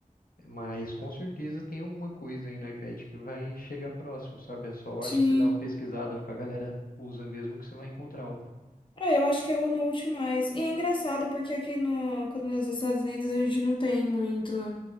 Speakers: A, on the left; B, on the left.
A: Mas com certeza tem alguma coisa aí no iPad que vai chegar próximo, sabe? Eu só
B: Sim.
A: acho que você dá uma pesquisada no que a galera usa mesmo, que você vai encontrar algo.
B: É, eu acho que é o Note mais. E é engraçado porque aqui no, quando nos Estados Unidos a gente não tem muito,